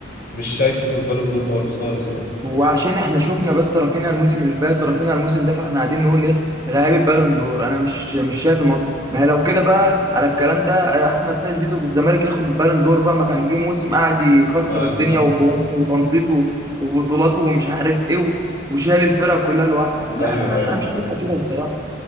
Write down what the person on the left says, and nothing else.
مش شايفه في البالون دور خالص خالص يعني
ف... <laughs>
ايوه
ايوه
فعلا